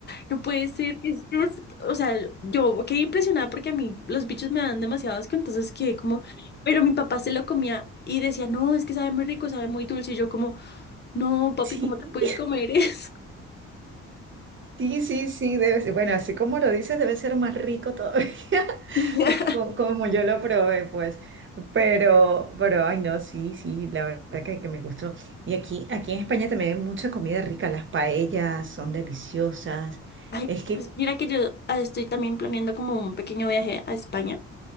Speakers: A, on the left; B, on the right.
A: No puede ser. ¿qué es esto?". O sea, yo quedé impresionada porque a mí los bichos me dan demasiado asco, entonces quedé como, pero mi papá se lo comía y decía, no, es que sabe muy rico, sabe muy dulce. Y yo como, no, papi,
B: sí,
A: ¿cómo te puedes comer eso?
B: sí, sí, sí, debe ser- Bueno, así como lo dices, debe ser más rico todavía, <laughs>
A: <laughs>
B: co- como yo lo probé, pues. Pero, pero, ay, no, sí, sí, la verdad que, que me gustó. Y aquí, aquí en España también hay mucha comida rica, las paellas son deliciosas.
A: Ay,
B: Es que,
A: pues mira que yo ah, estoy también planeando como un pequeño viaje a España.